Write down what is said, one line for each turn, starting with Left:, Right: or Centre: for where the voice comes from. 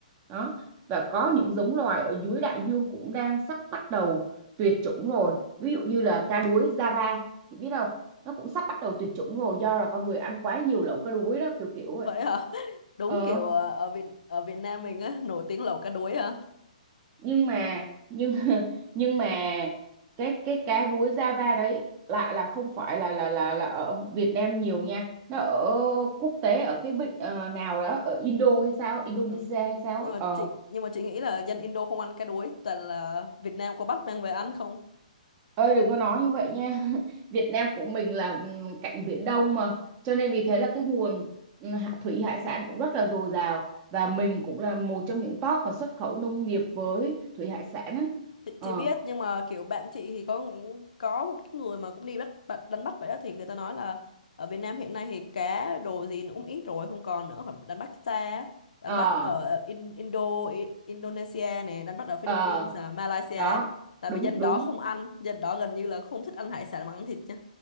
Right: đó và có những giống loài ở dưới đại dương cũng đang sắp bắt đầu tuyệt chủng rồi ví dụ như là cá đuối Java chị biết không nó cũng sắp bắt đầu tuyệt chủng rồi do là con người ăn quá nhiều lẩu cá đuối đó kiểu kiểu vậy
Left: Vậy hả? <laughs> Đúng
Right: ờ
Left: kiểu ờ, ở Việt ở Việt Nam mình á nổi tiếng lẩu cá đuối hả?
Right: nhưng mà nhưng <laughs> nhưng mà cái cái cá rúi Java đấy lại là không phải là là là là ở Việt Nam nhiều nha nó ở
Left: Ừ.
Right: quốc tế ở cái vịnh ờ, nào đó ở Indo hay sao Indonesia
Left: Ừ.
Right: hay sao
Left: Nhưng
Right: á.
Left: mà
Right: ờ
Left: chị nhưng mà chị nghĩ là dân Indo không ăn cá đuối, toàn là Việt Nam có bắt mang về ăn không?
Right: ơi đừng có nói như vậy nha <laughs> Việt Nam của mình là ừm, cạnh Biển Đông mà cho nên vì thế là cái nguồn ừm, hạ- thủy hải sản cũng rất là dồi dào và mình cũng là một trong những top mà xuất khẩu nông nghiệp với thủy hải sản á
Left: chị,
Right: ờ
Left: chị biết nhưng mà kiểu bạn chị thì có những có một cái người mà cũng đi bắt bắt- đánh bắt vậy đó thì người ta nói là ở Việt Nam hiện nay thì cá đồ gì nó cũng ít rồi không còn nữa phải đánh bắt xa á. đánh
Right: ờ
Left: bắt ở In, Indo I- Indonesia này đánh bắt ở Philippines
Right: ờ
Left: à, Malaysia
Right: đó
Left: tại
Right: đúng
Left: vì dân
Right: đúng
Left: đó không ăn dân đó gần như là không thích ăn hải sản mà ăn thịt nhá